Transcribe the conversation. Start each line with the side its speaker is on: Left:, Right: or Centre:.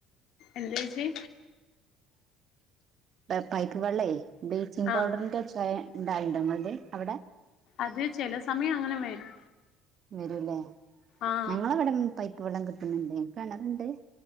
Left: എന്തെച്ചി.
Right: പ പൈപ്പ് വെള്ളേ ബ്ലീച്ചിംഗ്
Left: ആഹ്
Right: പൗഡറിന്റെ ചെ ചേയ ണ്ടാവല്ണ്ടാ, ങ്ങൾത് അവിടെ
Left: അത് ചെല സമയങ്ങനെവെരും.
Right: വരൂല്ലെ.
Left: ആഹ്
Right: ഞങ്ങളവടെ പൈപ്പ് വെള്ളം കിട്ട്ണ് ണ്ട് ൻക്കെണറ്ണ്ട്.